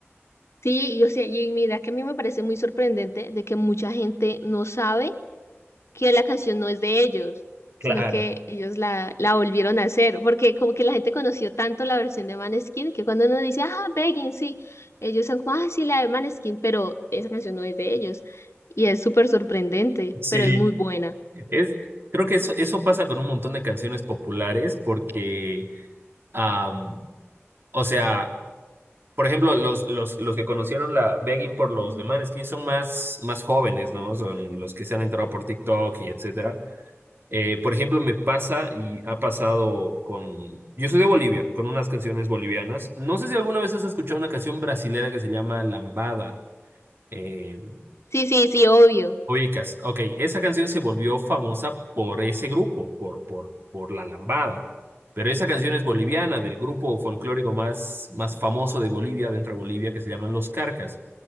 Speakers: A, on the left; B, on the right.
A: Sí, y, o sea, y mira que a mí me parece muy sorprendente de que mucha gente no sabe que la canción no es de ellos,
B: Claro,
A: sino que ellos la, la volvieron a hacer, porque como que la gente conoció tanto la versión de Maneskin que cuando uno dice, ah, Begging, sí, ellos son como, ah, sí, la de Maneskin, pero esa canción no es de ellos. Y es súper sorprendente,
B: sí.
A: pero es muy buena.
B: Es, creo que eso, eso pasa con un montón de canciones populares porque, am, o sea, por ejemplo, los, los, los que conocieron la Begging por los de Maneskin son más, más jóvenes, ¿no? Son los que se han entrado por TikTok y etcétera. Eh, por ejemplo, me pasa y ha pasado con... Yo soy de Bolivia, con unas canciones bolivianas. No sé si alguna vez has escuchado una canción brasilera que se llama Lambada. Eh,
A: Sí, sí, sí, obvio.
B: Ubicas, ok, esa canción se volvió famosa por ese grupo, por, por, por La Lambada, pero esa canción es boliviana, del grupo folclórico más, más famoso de Bolivia, dentro de Bolivia, que se llaman Los Carcas.